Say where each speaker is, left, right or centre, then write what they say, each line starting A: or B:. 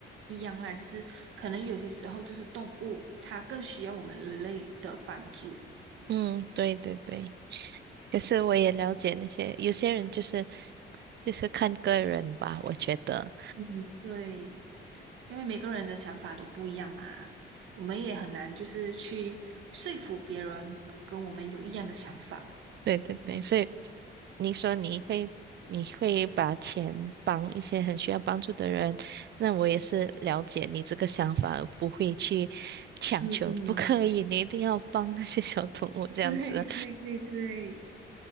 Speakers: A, on the right; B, on the right.
A: 一样啦，就是可能有些时候就是动物它更需要我们人类的帮助。
B: 嗯，对对对，可是我也了解那些有些人就是就是看个人吧，我觉得，
A: 嗯对，因为每个人的想法都不一样嘛，我们也很难就是去说服别人跟我们有一样的想法。
B: 对对对，
A: 嗯
B: 所以你说你会你会把钱帮一些很需要帮助的人，那我也是了解你这个想法，而不会去强求，
A: 嗯嗯，
B: 不可以，你一定要帮那些小动物这样子。
A: 对对对对。